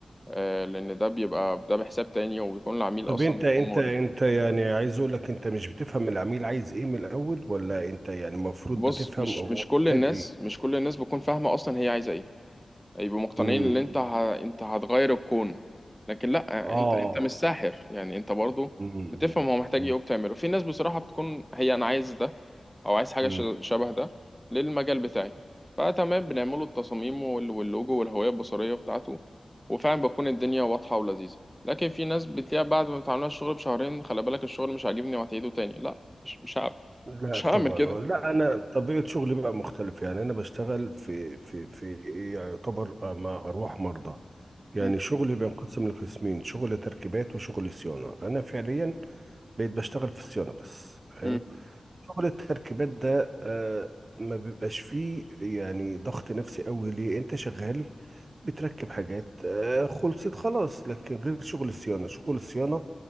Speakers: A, in the centre; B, on the right.
A: آه، لأن ده بيبقى ده بحساب تاني وبيكون العميل
B: طب
A: أصلا
B: انت
A: بيكون
B: انت
A: مقرف
B: انت يعني عايز اقول لك انت مش بتفهم العميل عايز ايه من الاول ولا انت يعني المفروض
A: بص
B: بتفهم
A: مش
B: هو
A: مش كل
B: محتاج
A: الناس
B: ايه
A: مش كل الناس بتكون فاهمة أصلا هي عايزة إيه يبقوا مقتنعين
B: مم.
A: إن أنت ه... أنت هتغير الكون لكن لأ
B: اه
A: أنت أنت مش ساحر يعني أنت برضو
B: مم.
A: بتفهم هو محتاج
B: مم.
A: إيه وبتعمله في ناس بصراحة بتكون هي أنا عايز ده أو عايز حاجة
B: مم.
A: ش... شبه ده للمجال بتاعي فتمام بنعمله التصاميم وال... واللوجو والهوية البصرية بتاعته وفعلا بتكون الدنيا واضحة ولذيذة لكن في ناس بتلاقيها بعد ما بتعملها الشغل بشهرين خلي بالك الشغل مش عاجبني وهتعيده تاني لأ مش مش هعمل
B: لا
A: مش
B: طبعا
A: هعمل كده
B: آه. لا انا طبيعه شغلي بقى مختلف يعني انا بشتغل في في في إيه، يعني يعتبر آه، مع ارواح مرضى يعني
A: مم.
B: شغلي بينقسم لقسمين شغل تركيبات وشغل صيانه انا فعليا بقيت بشتغل في الصيانه بس حلو
A: مم.
B: شغل التركيبات ده آه ما بيبقاش فيه يعني ضغط نفسي قوي ليه انت شغال بتركب حاجات آه خلصت خلاص لكن غير شغل الصيانه شغل الصيانه